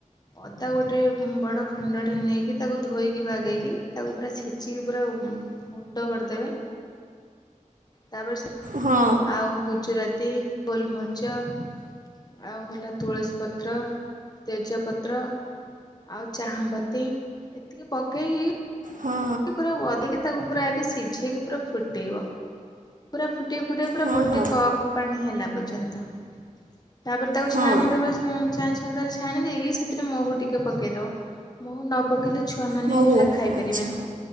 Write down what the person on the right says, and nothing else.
ହଁ।
ହଁ ହଁ
ହଁ
ହଁ
ହଁ
ମହୁ
ଆଚ୍ଛା